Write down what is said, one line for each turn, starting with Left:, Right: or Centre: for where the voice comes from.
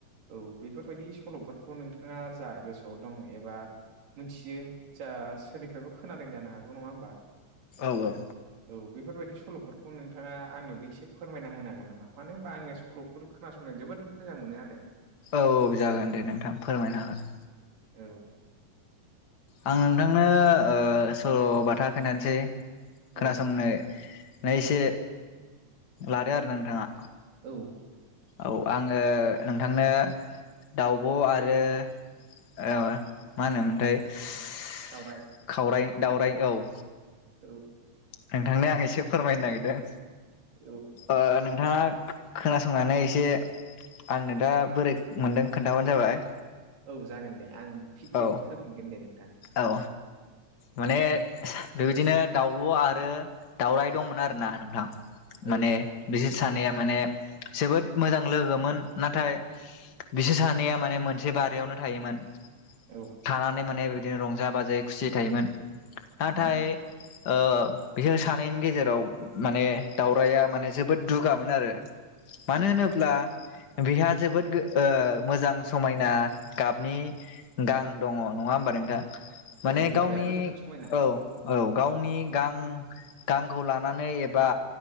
Right: औ बेफोरबायदि सल'फोरखौ नोंथाङा जा गोसोआव दं एबा मोनथियो जा सोरनिफ्रायबो खोनादों जानो हागौ नङा होमबा?
Left: औ औ।
Right: औ बेफोरबायदि सल'फोरखौ नोंथाङा आंनोबो एसे फोरमायना होनो हागोन नामा? मानो होनबा आङो सल'फोर खोनासं संनो जोबोद मोजां मोनो आरो।
Left: औ जागोन दे नोंथां फोरमायनो हागोन।
Right: औ।
Left: आं नोंथांनो ओ सल' बाथा खोनथानोसै,
Right: औ
Left: खोनासंनो नै एसे लादो आरोना नोंथाङा।
Right: औ‌।
Left: औ आङो नोंथांनो दाउब' आरो ओ मा होनोमोनथाय
Right: दावराइ
Left: खावराय दावराय औ।
Right: औ।
Left: नोंथांनो आं एसे फोरमायनो नागिरदों।
Right: औ।
Left: ओ नोंथाङा खो-खोनासंनानै एसे आंनो दा बोरै मोन्दों खोन्थाबानो जाबाय।
Right: औ जागोन दे आं फिडबेक
Left: औ
Right: होफिनगोन दे नोंथां।
Left: औ। माने बेबायदिनो दाउब' आरो दावराइ दंमोन आरो ना नोंथां। माने
Right: औ
Left: बिसोर सानैया माने जोबोद मोजां लोगोमोन। नाथाय बिसोर सानैया माने मोनसे बारियावनो थायोमोन।
Right: औ।
Left: थानानै माने बिदिनो रंजा बाजायै खुसि थायोमोन। नाथाय
Right: उम
Left: ओ बिसोर सानैनि गेजेराव माने दावराइया माने जोबोद दुगामोन आरो मानो
Right: औ
Left: होनो ब्ला बेहा जोबोद गो ओ मोजां समायना गाबनि गां दङ' नङा होमबा नोंथां माने
Right: औ दावरायाथ'
Left: गावनि,
Right: जोबोद समायना
Left: औ। औ गावनि गां गांखौ लानानै एबा